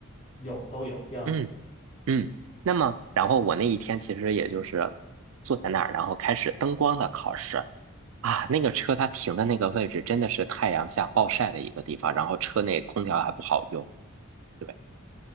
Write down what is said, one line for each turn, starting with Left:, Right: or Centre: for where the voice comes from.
Left: 有，都有，一样的。
Right: 嗯。嗯，那么然后我那一天其实也就是坐在那儿，然后开始灯光的考试啊。那个车它停的那个位置真的是太阳下暴晒的一个地方，然后车内空调还不好用，对，